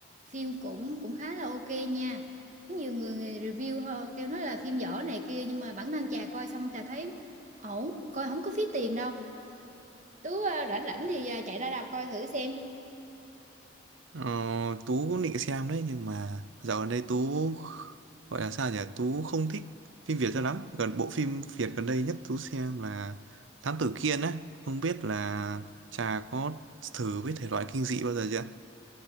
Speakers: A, on the right; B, on the right.
A: Phim cũng cũng khá là ok nha. Có nhiều người, người review họ kêu nói là phim dở này kia nhưng mà bản thân trà coi xong trà thấy ổn, coi không có phí tiền đâu. Tú à, rảnh rảnh thì à, chạy ra rạp coi thử xem.
B: Ờ, Tú cũng định xem đấy nhưng mà dạo gần đây Tú gọi là sao nhỉ? Tú không thích phim Việt cho lắm. Gần bộ phim Việt gần đây nhất Tú xem là Thám Tử Kiên á. Không biết là Trà có thử với thể loại kinh dị bao giờ chưa?